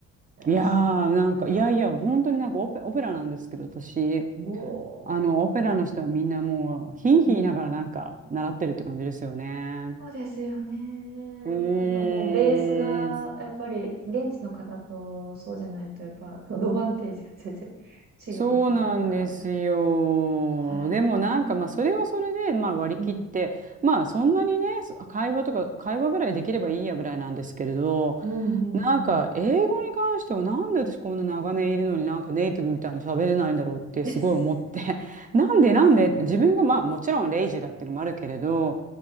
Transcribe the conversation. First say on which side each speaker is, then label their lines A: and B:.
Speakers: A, on the right; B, on the right.
A: いやー、
B: え、そうだ。
A: なんか、いやいや、本当になんかオペ、オペラなんですけど、私。
B: も
A: あの、オペラの人はみんなもう、ヒーヒー言いながらなんか習ってるって感じですよね。
B: う、うん、そうですよね。なんかもうベースが、
A: うーん。
B: やっぱり現地の方とそうじゃないと、やっぱアドバンテージが全然違うというか。
A: そうなんですよ。
B: へえ、
A: でもなんかまあそれはそれでまあ割り切ってまあそんなにねそ会話とか会話ぐらいできればいいやぐらいなんですけれど
B: うん、うん、うん、
A: なんか英語に関してはなんで私こんな長年いるのになんかネイティブみたいに喋れないんだろうってすごい思って
B: うん。<laughs>
A: <laughs> なんでなんで自分がまあもちろんレイジーだっていうのもあるけれど